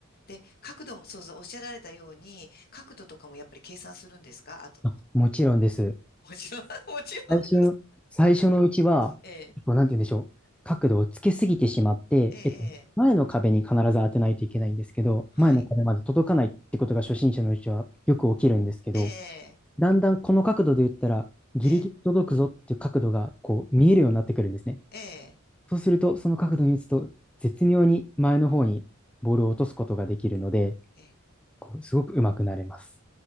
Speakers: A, on the left; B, in the centre.
A: で、角度も、そうそう、おっしゃられたように、角度とかもやっぱり計算するんですかあと、
B: あ、
A: こ、
B: もちろんです。
A: こ、もちろん、<laughs> もちろんです。
B: 最初、最初のうちは、
A: ええ、
B: こうなんて言うんでしょう。角度をつけすぎてしまって、
A: ええ、
B: えっと、
A: ええ
B: 前の壁に必ず当てないといけないんですけど、
A: はい。
B: 前の壁まで届かないってことが初心者のうちはよく起きるんですけど、
A: ええ、
B: だんだんこの角度で言ったら、ギリギリ届くぞっていう角度がこう見えるようになってくるんですね。
A: ええ、ええ。
B: そうすると、その角度に打つと、絶妙に前の方にボールを落とすことができるので、
A: ええ、
B: こうすごく上手くなれます。